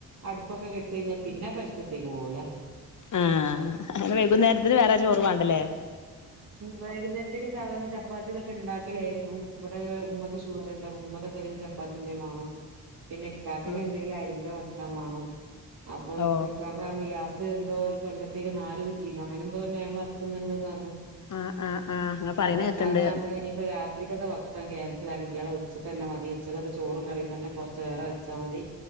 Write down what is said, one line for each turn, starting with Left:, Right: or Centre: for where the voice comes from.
Right: അടുപ്പൊക്കെ കേട്ട് കഴിഞ്ഞാ പിന്നെ അ പരിസ് ക്ക് പോവൂല
Left: ആഹ് അങ്ങനെ വൈകുന്നേരത്തിന് വേരെ ചോർ വാണ്ടല്ലേ
Right: വൈകുന്നേരത്തേൊക്കെ സാധാരണ ചപ്പാത്തി ഇതൊക്കെ ഇണ്ടാക്കലായിരുന്നു ഇവിടെ നമ്മക്ക് ഷുഗർ ഉണ്ട അപ് ഉമ്മാക്കെ എന്തെങ്കിലും ചപ്പാത്തിന്ന വണം പിന്നെ ഇക്കാക്ക
Left: ആഹ്
Right: എന്തെങ്കിലും അരിന്റെ ഭക്ഷണം വാണം അപ്പൊ
Left: ഓ
Right: ഇപ്പ ഇക്കാക്ക പറഞ്ഞ് ഗ്യാസ് എന്തോ ഒരു കൊല്ലത്തേക്ക് നാല് കു റ്റിന്ന് അങ്ങനെ എന്തോ നിയമം ഇറക്കുന്നുണ്ട്ന്ന് പറഞ്ഞു
Left: ആഹ് ആഹ് ആഹ് ഇങ്ങള് പറയണ
Right: അപ്പൊ ഇക്കാക്ക
Left: കേക്കണ്ട്
Right: പറഞ്ഞ് ഇനിപ്പ രാ ത്രി ക്കാതെ ഭക്ഷണം ക്യാൻസൽ ആക്കിക്കള ഉച്ചക്ക് തന്നെ മതി ഉച്ചകത്തെ ചോറും കറിയും തന്നെ കുറച് ഏറെ വെച്ചാൽ മതി